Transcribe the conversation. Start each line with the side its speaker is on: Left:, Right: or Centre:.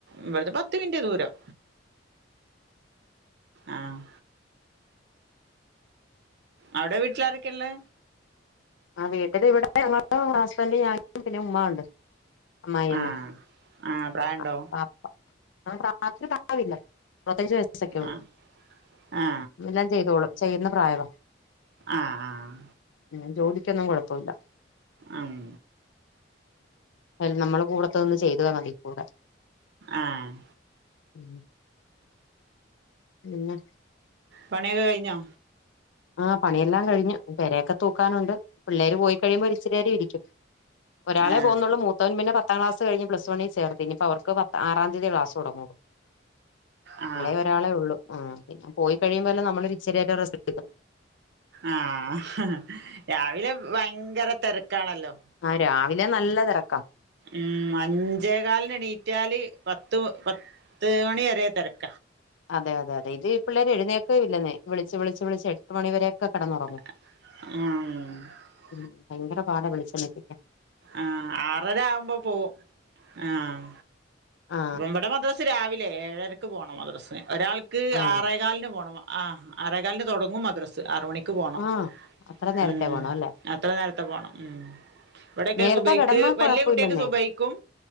Right: ഇവിടുന്ന് പത്തു മിനിറ്റ് ദൂരം ആഹ് അവിടെ വീട്ടിലാരൊക്കെയാള്ളേ?
Left: ആഹ് വീട്ടില് ഇവിടെ ഞങ്ങള് ഹസ്ബൻഡും ഞാനും പിന്നെ ഉമ്മാണ്ട് അമ്മായി
Right: ആ
Left: അമ്മ
Right: ആ പ്രായണ്ടോ
Left: <unintelligible> പ്രായ <unintelligible> അറുപത്തഞ്ച് വയസ്സ് സെക്കോള്ളും
Right: ആ ആ
Left: എല്ലാം ചെയ്തോളും ചെയ്യുന്ന പ്രായവാ
Right: ആഹ് ആഹ്
Left: ഉം ജോലിക്കൊന്നും കൊഴപ്പൊല്ലാ
Right: ആഹ്
Left: അയില് നമ്മളെ കൂടെത്തൊന്ന് ചെയ്താ മതി കൂടെ
Right: ആഹ്
Left: ഉം പിന്നെ
Right: പണിയൊക്കെ കഴിഞ്ഞോ?
Left: ആഹ് പണിയെല്ലാം കഴിഞ്ഞ് പെരയൊക്കെ തൂക്കാനുണ്ട് പിള്ളേര് പോയി കഴിയുമ്പോ ഒരു ഇച്ചിരി നേരം ഇരിക്കും ഒരാളെ
Right: ആ
Left: പോന്നുള്ളു മൂത്ത് ത്തവൻ പിന്നെ പത്താം ക്ലാസ് കഴിഞ്ഞ് പ്ലസ് വണ്ണി ചേർത്തി ഇനിയിപ്പ അവർക്ക് പത്ത് ആറാം തീയതിയേ ക്ലാസ് തൊടങ്ങുള്ളൂ
Right: ആ
Left: എളയ ഒരാളെ ഉള്ളൂ ഉം പിന്നെ പോയി കഴിയുമ്പെല്ലാം നമ്മളൊരു ഇച്ചരിയൊക്കെ റെസ്ററ് എടുക്കും
Right: ആഹ് രാവിലെ ഭയങ്കര തെരക്കാണല്ലോ
Left: ആഹ് രാവിലെ നല്ല തെരക്കാ
Right: ഉം അഞ്ചേകാലിന് എണീറ്റാല് പത്ത് പത്ത് മണി വരെ തെരക്ക്
Left: അതെ അതെ തെ ഇത് പിള്ളേരെ എഴുന്നേക്കേയില്ലന്നേ വിളിച്ച് വിളിച്ച് വിളിച്ച് എട്ട് മണിവരെയൊക്കെ കെടന്നുറങ്ങും
Right: ആഹ്
Left: ഉം ഭയങ്കര പാടാ വിളിച്ചോണത്തി
Right: ആഹ് ആറര ആവുമ്പോ പോവും ആഹ്
Left: ആ
Right: ഇവിടെ മദ്രസ് രാവിലെ ഏഴരക്ക് പോണം മദ്രസിന് ഒരാൾക്ക്
Left: ആ
Right: ആറേകാലിന് പോണം ആഹ് ആറെകാലിന് തൊടങ്ങും മദ്രസ് ആറ് മണിക്ക് പോണം
Left: ആ അത്ര നേരത്തെ
Right: ഉം
Left: പോണം അല്ലേ
Right: അത്ര നേരത്തെ പോണം ഉം ഇവിടെക്കെ
Left: നേരത്തെ
Right: സുബൈക്ക്
Left: കിടന്നാ കുഴപ്പമില്ലെന്നേ
Right: വലിയ കുട്ടിയക്ക്‌ സുബൈക്കും